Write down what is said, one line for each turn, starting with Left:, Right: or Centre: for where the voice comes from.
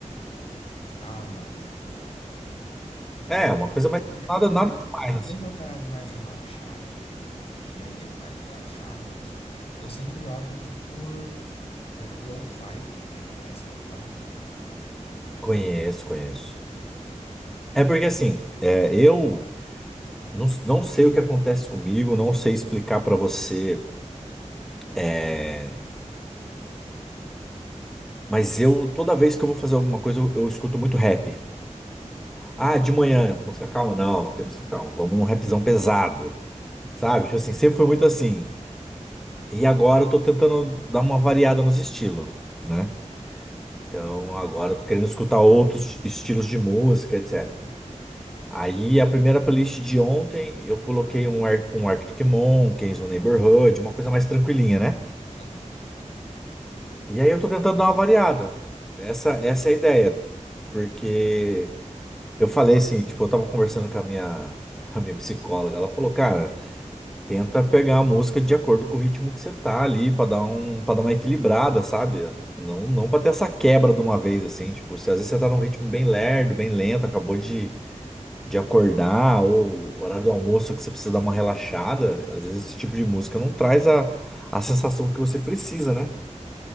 Left: Ah, mano,
Centre: É,
Left: eu
Centre: uma coisa mais
Left: sempre
Centre: nada,
Left: que eu quero,
Centre: nada demais. assim.
Left: sempre que eu quero algo mais relaxado, um gênero mais relaxado, eu sempre opto por lo-fi também. Conhece lo-fi?
Centre: Conheço, conheço. É porque assim, é, eu não, não sei o que acontece comigo, não sei explicar pra você, é, mas eu toda vez que eu vou fazer alguma coisa, eu, eu escuto muito rap. Ah, de manhã, música calma? Não, não tem música calma. Vamos num rapzão pesado, sabe? Tipo assim, sempre foi muito assim. E agora eu tô tentando dar uma variada nos estilos, né? Então agora eu tô querendo escutar outros estilos de música, etc. Aí a primeira playlist de ontem eu coloquei um, Ar um Arctic Monkeys, um Neighborhood, uma coisa mais tranquilinha, né?
Left: Aham.
Centre: E aí eu tô tentando dar uma variada. Essa, essa é a ideia. Porque eu falei assim, tipo, eu tava conversando com a minha, a minha psicóloga, ela falou, cara. Tenta pegar a música de acordo com o ritmo que você tá ali, pra dar um, para dar uma equilibrada, sabe? Não, não para ter essa quebra de uma vez assim, tipo, se às vezes você tá num ritmo bem lerdo, bem lento, acabou de, de acordar ou horário do almoço que você precisa dar uma relaxada, às vezes esse tipo de música não traz a, a sensação que você precisa, né?